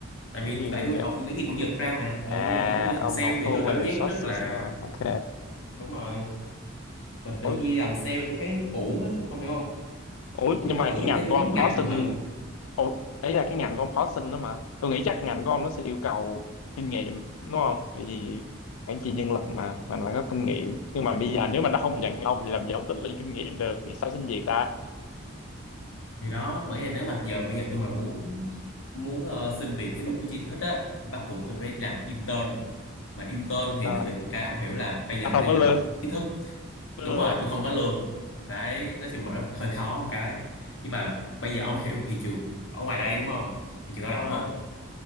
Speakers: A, on the left; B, on the left.
A: tại
B: mảng
A: vì
B: gì
A: tại
B: nghề
A: tôi
B: nghiệp?
A: học cái gì của Nhật ra mà ừ
B: À,
A: mà tự nhiên tôi làm
B: ông
A: sale
B: học Human
A: thì tôi cảm giác
B: Resources.
A: rất là
B: Ờ, ok.
A: đúng rồi mình tự
B: Ủa,
A: nhiên tôi làm sale tôi thấy ổn á ông hiểu không
B: Ủa
A: nên tôi
B: nhưng
A: muốn
B: mà
A: thử
B: cái ngành
A: cái đúng
B: của ông
A: ngành
B: có
A: tôi
B: xin
A: thử
B: Ủa, ấy là cái ngành của ông có xin đó mà tôi nghĩ chắc ngành của ông nó sẽ yêu cầu kinh nghiệm đúng không tại vì quản trị nhân lực mà mình phải có kinh nghiệm nhưng mà bây giờ nếu mà nó không nhận ông thì làm gì ông tích lũy kinh nghiệm được vì sao xin việc ta
A: thì đó bởi vì nếu mà giờ bây giờ tôi mà muốn muốn ờ, xin việc cái đúng vị trí tôi thích á thì bắt buộc
B: ừ,
A: tôi phải làm intern mà intern
B: làm
A: thì
B: tên
A: nó bị một cái không hiểu là bây giờ
B: à, không
A: tôi đang
B: có lương
A: làm
B: <laughs>
A: chính thức
B: Ừ,
A: đúng rồi tôi không có lương đấy nói chung là nó hơi khó một cái nhưng mà bây giờ ông mới hiểu thị trường ở ngoài đây đúng không thị trường lao
B: đúng
A: động
B: rồi
A: á